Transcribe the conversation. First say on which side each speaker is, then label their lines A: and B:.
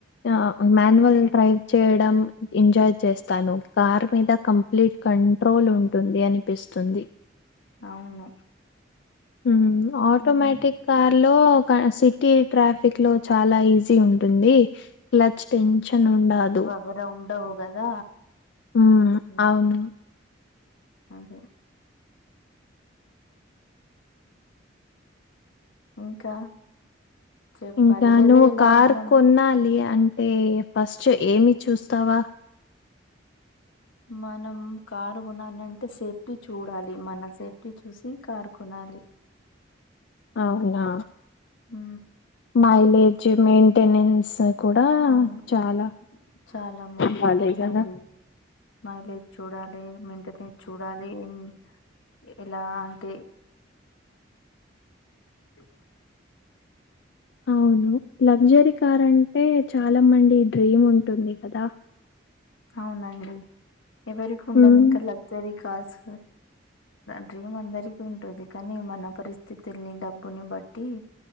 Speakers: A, on the left (about 60°); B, on the left (about 85°).
A: ఆ మాన్యువల్ డ్రైవ్ చేయడం ఎంజాయ్ చేస్త తను కార్ మీద కంప్లీట్ కంట్రోల్ ఉంటుంది అనిపిస్తుంది.
B: అవును
A: ఊ ఆటోమేటిక్
B: హ్మ్.
A: కార్ లో కాసే టీ ట్రాఫిక్ లో చాలా ఈజీ ఉంటుంది క్లచ్ టెన్షన్ ఉండదు.
B: ఒరో ఉండవు గదా
A: హ్మ్
B: ఉ
A: అవును.
B: అదే ఇంకా చెప్పాలి.
A: ఇంకా
B: వెదర్
A: నువ్వు
B: ఎలా
A: కార్
B: ఉందమ్మా?
A: కొన్నాలి అంటే ఫస్ట్ ఏమి చూస్తావా
B: మనం కారు గొనాలి అంటే సేఫ్టీ చూడాలి, మన సేఫ్టీ చూసి కారు కొనాలి.
A: అవునా
B: ఊ
A: మైలేజ్ మెంటెనెన్స్ కూడా
B: అవును.
A: చాలా
B: చాలా ముఖ్యం.
A: బాలే
B: అవునండి.
A: గదా
B: మైలేజ్ చూడాలి, మెయింటనెన్స్ చూడాలి ఇం ఎలాంటి ఏ
A: అవును లగ్జరీ కార్ అంటే చాలా మండి డ్రీమ్ ఉంటుంది కదా
B: అవునండి ఎవరికి ఉండది
A: ఉమ్,
B: ఇంకా లగ్జరీ కార్స్ డ్రీమ్ అందరికి ఉంటుంది కానీ మన పరిస్థితుల్ని డబ్బుని బట్టి